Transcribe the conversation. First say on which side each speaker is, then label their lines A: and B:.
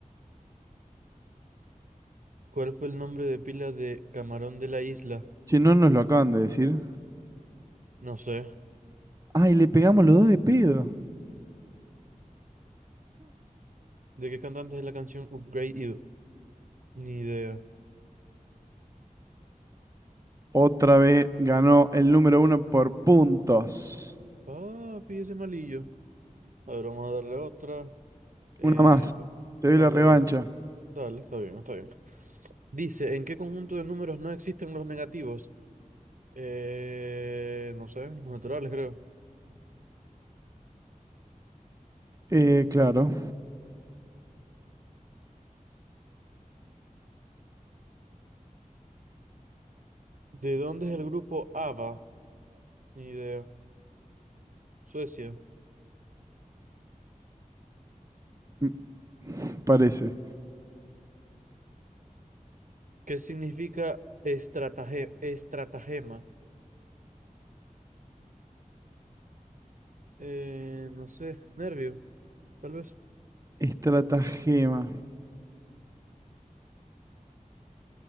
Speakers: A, on the right; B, on the right.
A: ¿Cuál fue el nombre de pila de Camarón de la Isla?
B: Si no nos lo acaban de decir.
A: No sé.
B: Ay, le pegamos los dos de pedo.
A: ¿De qué cantante es la canción Upgrade You? Ni idea.
B: Otra vez ganó el número uno por puntos.
A: Ah, pille ese malillo. A ver, vamos a darle otra. Eh,
B: Una más.
A: pa-
B: Te doy
A: dale,
B: la revancha.
A: dale. Dale, está bien, está bien. Dice, ¿en qué conjunto de números no existen los negativos? Eh, no sé, los naturales, creo.
B: Eh, claro.
A: ¿De dónde es el grupo ABBA? Ni idea. Suecia.
B: M- Parece.
A: ¿Qué significa estrataje- estratagema? Eh, no sé, nervio, tal vez.
B: Estratagema.